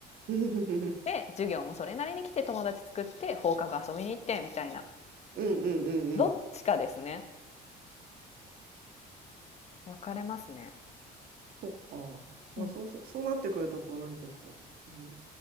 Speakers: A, on the right; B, on the left.
A: うん
B: で、授業もそれなりに来て友達作って放課後遊びに行ってみたいな。
A: うんうんうん。
B: どっちかですね。分かれますね。
A: そっか。まあそうそう、
B: うん。い
A: そうなってくると、こう、なんていうか、あの、